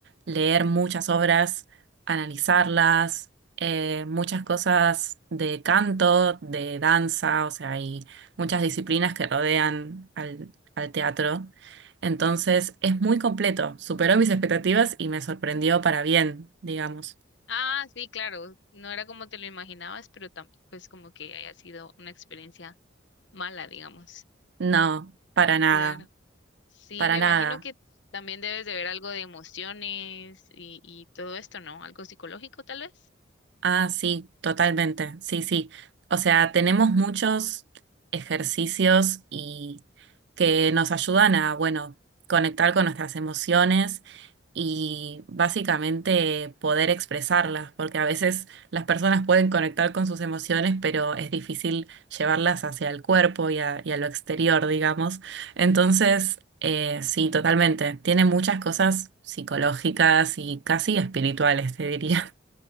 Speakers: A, on the right; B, on the left.
A: leer muchas obras, analizarlas, eh, muchas cosas de canto, de danza, o sea, y muchas disciplinas que rodean al al teatro. Entonces es muy completo, superó mis expectativas y me sorprendió para bien, digamos.
B: Ah, sí, claro, no era como te lo imaginabas, pero tampoco es como que haya sido una experiencia mala, digamos.
A: No, para nada,
B: Claro. Sí,
A: para
B: me imagino
A: nada.
B: que también debes de ver algo de emociones y, y todo esto, ¿no? Algo psicológico, tal vez.
A: Ah, sí, totalmente. Sí, sí. O sea, tenemos muchos ejercicios y que nos ayudan a, bueno, conectar con nuestras emociones y básicamente poder expresarlas, porque a veces las personas pueden conectar con sus emociones, pero es difícil llevarlas hacia el cuerpo y a, y a lo exterior, digamos. Entonces, eh, sí,
B: Ujú.
A: totalmente. Tiene muchas cosas psicológicas y casi espirituales, te diría.